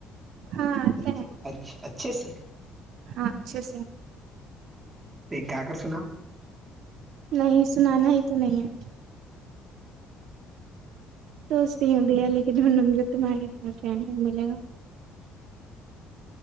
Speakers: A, on the right; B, on the right.
A: ہاں آتا
B: اچھ
A: ہے
B: اچھا اچھے سے
A: اکچسے
B: ایک گا کر سناؤ
A: نہیں سنانا ہی تو نہیں ہے سوچتی ہوں بھیا لیکن ان نے مجھے تمہارے اتنا پم نہیں ملے گا